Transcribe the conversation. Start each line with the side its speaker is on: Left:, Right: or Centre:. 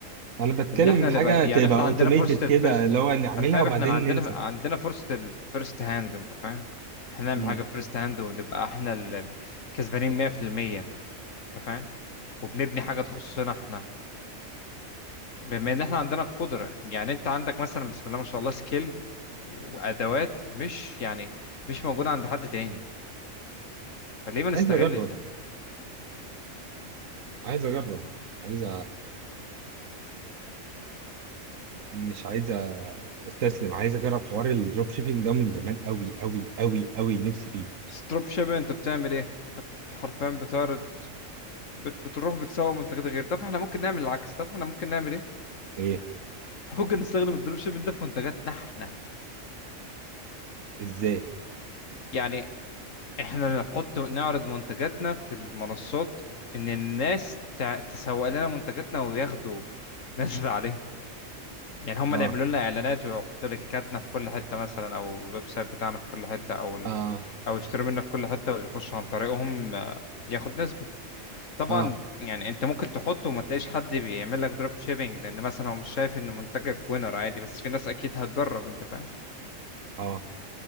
Right: انا بتكلم
Left: ان احنا
Right: حاجه
Left: نبقى
Right: تبقى
Left: يعني احنا
Right: اوتوميتد
Left: عندنا فرصه
Right: كده
Left: الفيرست
Right: اللي هو نعملها
Left: انا فاهم
Right: وبعدين
Left: احنا ما عندنا
Right: ننسى
Left: عندنا فرصه الفيرست هاند انت فاهم احنا نعمل
Right: مم.
Left: حاجه فيرست هاند ونبقى احنا اللي كسبانين 100% انت فاهم وبنبني حاجه تخصنا احنا بما ان احنا عندنا القدره يعني انت عندك مثلا بسم الله ما شاء الله سكيل وادوات مش يعني مش موجوده عند حد تاني فليه ما نستغلش
Right: عايز اجرب
Left: ده
Right: عايز اجرب عايز مش عايز استسلم عايز اجرب حوار الدروب شيبينج ده من زمان قوي قوي قوي قوي نفسي فيه
Left: ستروب شيبر انت بتعمل ايه انت بت- حرفيا بتعرض بت- بتروح بتسوق منتجات غير طب احنا ممكن نعمل العكس طب احنا ممكن نعمل ايه
Right: ايه
Left: <laughs> إحنا ممكن نستخدم الدروب شيبنج ده في منتجاتنا احنا
Right: ازاي
Left: يعني احنا نحط نعرض منتجاتنا في المنصات ان الناس تع- تسوق لنا منتجاتنا وياخدوا <laughs> نسبة عليها يعني هم
Right: اه
Left: اللي يعملوا لنا اعلانات ويحطوا لينكاتنا في كل حته مثلا او الويب سايت بتاعنا في كل حته او ال...
Right: اه
Left: او يشتروا منا في كل حته واللي يخش عن طريقهم آه، ياخد نسبه طبعا
Right: اه
Left: يعني انت ممكن تحطه وما تلاقيش حد بيعمل لك دروب شيبنج لان مثلا هو مش شايف ان منتجك وينر عادي بس في ناس اكيد هتجرب انت فاهم
Right: اه